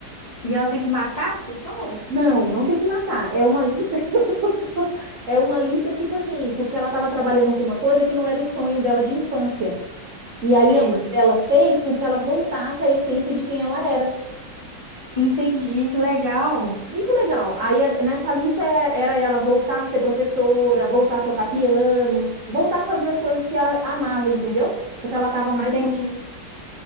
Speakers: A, on the left (about 35°); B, on the right (about 60°).
A: e ela tem que matar as pessoas?
B: Não, não tem que matar. É uma, li- <laughs> é uma lista tipo assim, porque ela estava trabalhando com uma coisa que não era o sonho dela de infância. E
A: Sei.
B: aí a mãe dela fez com que ela voltasse à essência de quem ela era.
A: Entendi, que legal.
B: Muito legal. Aí é- nessa lista é- era ela voltar a ser professora, voltar a tocar piano, voltar a fazer as coisas que ela amava, entendeu? Porque ela estava mais
A: Entendi.
B: mo-